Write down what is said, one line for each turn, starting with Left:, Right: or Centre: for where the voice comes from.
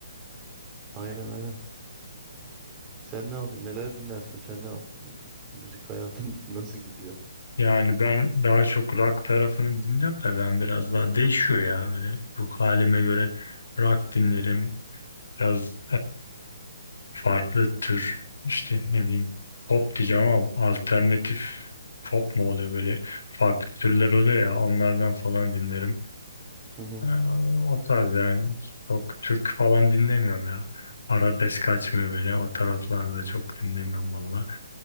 Right: Aynen aynen. Sen ne yapıyorsun? Neler dinlersin? Sen ne yapıyorsun? Müzik hayatın <laughs> nasıl gidiyor?
Left: Yani ben daha çok rock tarafını dinliyorum da ben biraz daha değişiyor ya. Böyle ruh halime göre rock dinlerim.
Right: Hı hı.
Left: Biraz farklı tür işte ne bileyim pop diyeceğim ama alternatif pop mu oluyor böyle farklı türler oluyor ya onlardan falan dinlerim.
Right: Hı hı.
Left: Ee, o tarz yani çok türkü falan dinlemiyorum ya. Arabesk kaçmıyor beni o taraflarda çok dinlemiyorum valla.